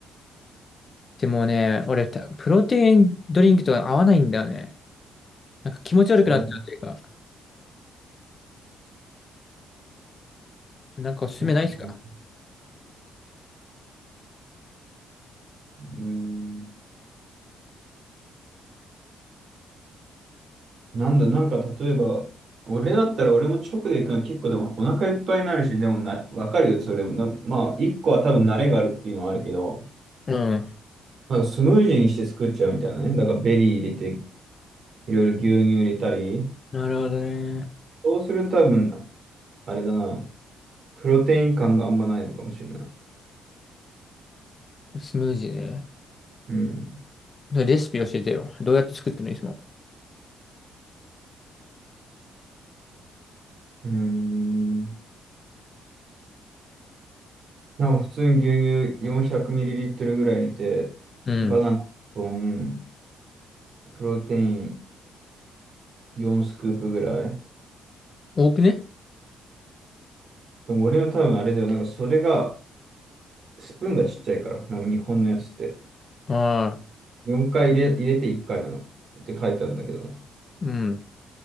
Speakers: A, on the left; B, on the right.
A: でもね、俺た、プロテインドリンクとか合わないんだよね。なんか気持ち悪くなっちゃうというか、
B: 話題に
A: なんかおすすめないですか
B: なったかなうん。なんだ、なんか例えば、俺だったら俺も直で行くの結構でもお腹いっぱいになるし、でもな、わかるよ、それも。なまあ、一個は多分慣れがあるっていうのはあるけど、
A: うん。
B: なんかスムージーにして作っちゃうみたいなね。だからベリー入れて、いろいろ牛乳入れたり、
A: なるほどね。
B: そうすると多分、あれだな、プロテイン感があんまないのかもしれない。
A: スムージーね。
B: うん。
A: それレシピ教えてよ。どうやって作ってるのいつも。
B: うーん。なんか普通に牛乳 400ml ぐらい入れて、
A: うん。
B: バナナ1本、プロテイン4スクープぐらい。
A: 多くね
B: でも俺は多分あれだよ。なんかそれが、スプーンがちっちゃいから、なんか日本のやつって。
A: ああ、
B: 4回入れ、入れて1回なの。って書いてあるんだけど。
A: うん。